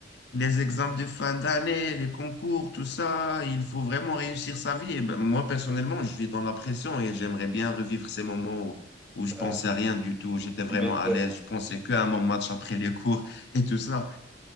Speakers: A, on the left; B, in the centre.
A: les examens de fin d'année, les concours, tout ça, il faut vraiment réussir sa vie. Et ben, moi personnellement, je vis dans la pression et j'aimerais bien revivre ces moments où, où
B: Bah,
A: je pensais à rien du tout, j'étais vraiment
B: tu m'étonnes.
A: à l'aise, je pensais qu'à mon match après les cours et tout ça.